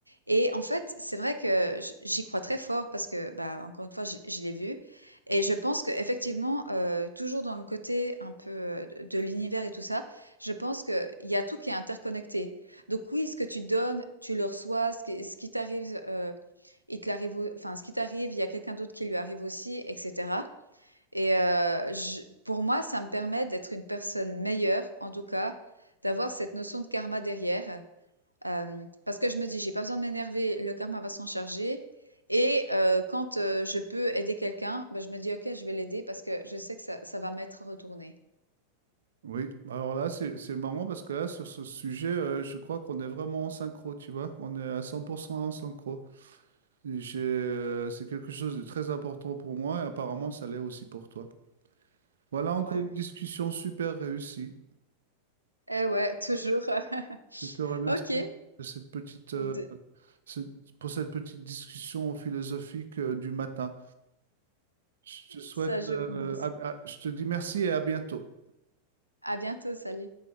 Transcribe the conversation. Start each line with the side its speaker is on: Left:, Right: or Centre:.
Left: et en fait, c'est vrai que j j'y crois très fort parce que, bah, encore une fois, je je l'ai vu et je pense qu'effectivement, heu, toujours dans le côté un peu, heu, de de l'univers et tout ça, je pense que il y a tout qui est interconnecté. Donc oui, ce que tu donnes, tu le reçois, ce qui ce qui t'arrive, heu, il te l'arrive au enfin, ce qui t'arrive, il y a quelqu'un d'autre qui lui arrive aussi et cetera et heu, je pour moi, ça me permet d'être une personne meilleure, en tout cas, d'avoir cette notion de karma derrière, hem, parce que je me dis: «J'ai pas besoin de m'énerver, le karma va s'en charger» et heu, quand, heu, je peux aider quelqu'un, ben je me dis: «OK, je vais l'aider» parce que je sais que ça ça va m'être retourné.
Right: Oui, alors là, c'est, c'est marrant parce que là, sur ce sujet, euh, je crois qu'on est vraiment en synchro, tu vois. On est à 100% en synchro. Et j'ai, euh, c'est quelque chose de très important pour moi et apparemment, ça l'est aussi pour toi. Voilà encore
Left: Ouais.
Right: une discussion super réussie.
Left: Eh ouais, toujours. <laughs>
Right: Je te remercie
Left: OK,
Right: de cette petite, euh,
Left: de
Right: ce- pour cette petite discussion philosophique, euh, du matin. Je te souhaite,
Left: ça joue,
Right: euh,
Left: moi
Right: à- à- je te dis merci et à bientôt.
Left: À bientôt, salut.